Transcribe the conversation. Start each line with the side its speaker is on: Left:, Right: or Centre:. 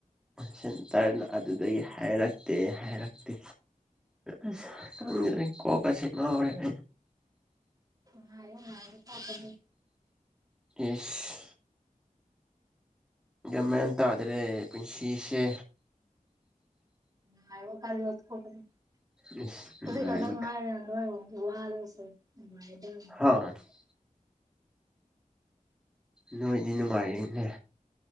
Centre: ꯁꯦꯟꯇꯔꯅ ꯑꯗꯨꯗꯒꯤ ꯍꯥꯏꯔꯛꯇꯦ ꯍꯥꯏꯔꯛꯇꯦ ꯑꯁ ꯈꯪꯗ‌ꯔ‌ꯦ ꯀꯣꯛ ꯀꯥꯁꯦ ꯉꯥꯎꯔꯦ ꯑꯩ
Right: ꯑ‌ꯣ ꯉꯥꯏꯌ‌ꯣ ꯉꯥꯏꯌ‌ꯣ ꯇꯥꯛꯄꯖ‌ꯦ
Centre: ꯏꯁ ꯒ꯭ꯌꯥꯃꯦꯟ ꯇꯥꯗ꯭ꯔꯦ
Right: ꯎꯝ
Centre: ꯄꯨꯟꯁꯤꯁꯦ
Right: ꯉꯥꯏꯔꫭ ꯀꯥꯟꯗ ꯊ‌ꯣꯛꯄꯅꯤ
Centre: ꯏꯁ ꯅꯨꯡꯉꯥꯏꯕ
Right: ꯑꯁꯤ ꯈꯛꯇꯪ ꯉꯥꯏꯔꯦ ꯅꯣꯏꯔꯣꯝꯒꯤ ꯋꯥꯖ‌‌ꯦ ꯁ‌ꯦ ꯅꯨꯉꯥꯏꯔꯗꯧꯅꯤ
Centre: <unintelligible> ꯅꯣꯏꯗꯤ ꯅꯨꯡꯉꯥꯏꯔꯤꯅꯦ